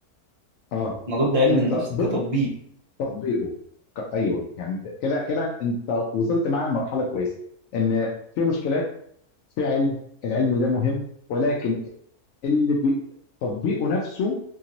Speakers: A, on the left; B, on the right.
A: اه
B: انا ضد علم
A: انت
B: النفس
A: ضد
B: كتطبيق
A: تطبيقه ك- ايوه يعني كده كده انت وصلت معاه لمرحله كويسه ان في مشكلات في علم العلم ده مهم ولكن اللي بي... تطبيقه نفسه